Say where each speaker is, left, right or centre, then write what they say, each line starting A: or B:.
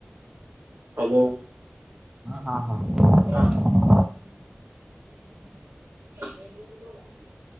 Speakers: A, on the right; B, on the right.
A: ಹಲೋ
B: ಹಾ ಹಾ ಹಾ
A: ಹ <inaudible>